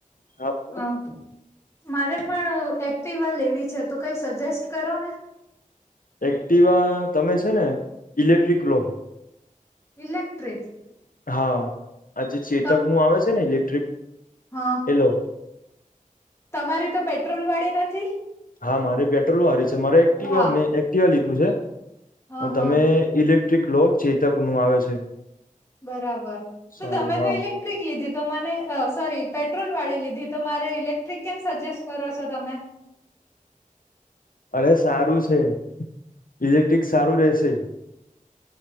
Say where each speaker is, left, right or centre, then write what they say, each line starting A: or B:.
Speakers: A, on the left; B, on the left.
A: હા બોલો
B: અ મારે પણ એક્ટિ વા લેવી છે તો કઈ સજેસ્ટ કરો ને
A: એક્ટિવા તમે છે ને ઇલેક્ટ્રિક લોમ
B: ઇલેક્ટ્રિક
A: હા આજે ચેતક
B: તમ
A: નું આવે છે ને ઇલેક્ટ્રિક
B: હા
A: એલો
B: તમારી તો પેટ્રોલ વાળી નથી
A: હા મારે પેટ્રોલ વાળી છે મારે એક્ટવા
B: વાહ
A: મેં એક્ટિવા લીધું
B: હ
A: છે તમે
B: હ
A: ઇલેક િક લો ચેતકનું આવે છે
B: બરાબર
A: સારું,
B: તો તમે
A: હા
B: તો ઇલેક્ટ્રિક લીધી તો મને સોરી પેટ્રોલ વાળી લીધી તો મારે ઇલેક્ટ્રિક કેમ સજેસ્ટ કરો છો તમે
A: અરે સારું છે ઇલેક્ટિક સારું રશે